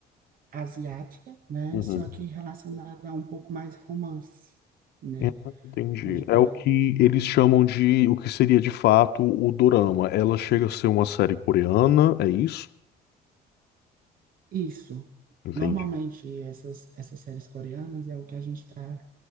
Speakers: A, on the right; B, on the left.
A: asiática, né?
B: Uhum.
A: Só que relacionada a um pouco mais romance, né?
B: Eu Entendi.
A: Pode ter
B: É o que eles chamam de o que seria de fato o dorama. Ela chega a ser uma série coreana, é isso?
A: isso.
B: Entendi.
A: Normalmente essas essas séries coreanas é o que a gente está